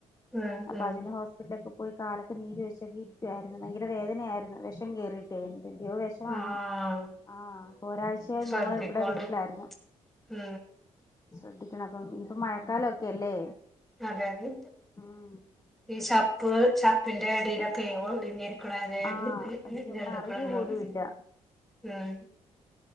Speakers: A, in the centre; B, on the left (about 25°).
A: ഉം ഉം
B: അപ്പൊ
A: ഉം
B: അതിന് ഹോസ്പിറ്റലക്കെ പോയി കാലൊക്കെ നീര് വെച്ചൊക്കെ ഇരിക്കായിരുന്നു ഭയങ്കര വേദനയായിരുന്നു വെഷം കേയറിയിട്ടോയിരുന്നു എന്തിന്റിയോ വെഷാണ്
A: ആഹ്
B: ആഹ് അപ്പൊ ഒരാഴ്ച്ചായി
A: ശ്രദ്ധിക്കോണ്ടു
B: ഞങ്ങള് ഇവിടെ വീട്ടിലായിര്ന്ന്.
A: ഉം
B: ശ്രദ്ധിക്കണം അപ്പൊ ഇനിപ്പോ മഴക്കാലൊക്കെ അല്ലേ
A: അതെ അതെ
B: ഉം.
A: ഈ ചപ്പ് ചപ്പിന്റെ ഇടയിലക്കെ ഒളിഞ്ഞിരി ക്ക്‌ണവ്വരെ <unintelligible>
B: ആഹ് അയ്യോ നമ്മള്
A: ജന്തുക്കളുണ്ടാവും
B: അറിയ പോലും ഇല്ല
A: ഉം